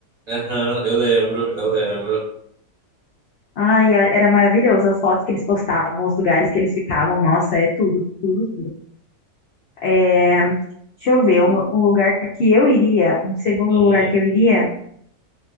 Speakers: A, on the right (about 30°); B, on the left (about 65°).
A: aham, eu lembro, eu lembro.
B: Ai, era maravilhoso as fotos que eles postavam, os lugares que eles ficavam. Nossa, é tudo, tudo, tudo. É, deixa eu ver, um, um lugar que eu iria, um segundo
A: Uhum.
B: lugar que eu iria.